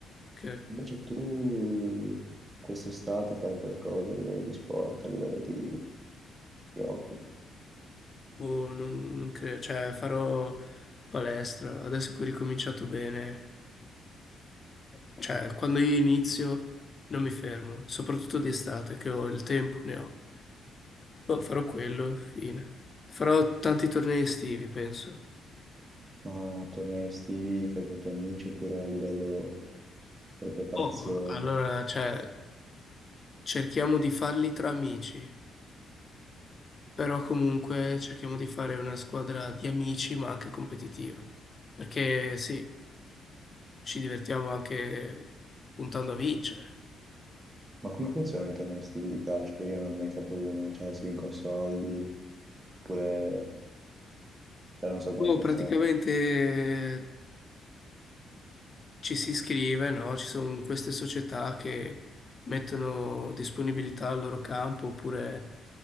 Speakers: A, on the left; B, on the right.
A: ok.
B: Invece tu quest'estate farai qualcosa a livello di sport, a livello di, di hobby,
A: Boh, non, non credo, cioè, farò palestra, adesso che ho ricominciato bene... Cioè, quando io inizio non mi fermo, soprattutto di estate, che ho il tempo, ne ho. Boh, farò quello, fine. Farò tanti tornei estivi, penso.
B: ma tornei estivi fai con i tuoi amici oppure a livello per preparazione.
A: Boh, allora, cioè, cerchiamo di farli tra amici, però comunque cerchiamo di fare una squadra di amici, ma anche competitiva. Perché sì, ci divertiamo anche puntando a vincere.
B: Ma come funzionano i tornei estivi di calcio? Che io non ho mai fatto uno, cioè si vincono soldi, oppure Cioè, non so come
A: Boh,
B: funziona.
A: praticamente ci si iscrive, no? Ci sono queste società che mettono disponibilità al loro campo, oppure